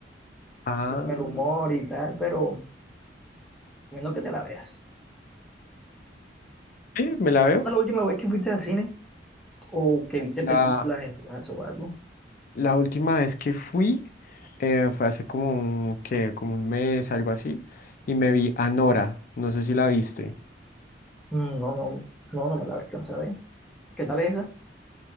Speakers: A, on the left; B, in the centre.
A: Ah,
B: que con el humor y tal, pero viendo que te la veas.
A: sí, me la
B: ¿Cuándo
A: veo.
B: fue la última vez que fuiste al cine o que viste
A: La,
B: películas en tu casa o algo?
A: la última vez que fui eh, fue hace como un, ¿qué? Como un mes, algo así. Y me vi Anora. No sé si la viste.
B: Mm, No, no, no, no me la alcanza a ver. ¿Qué tal es esa? <laughs>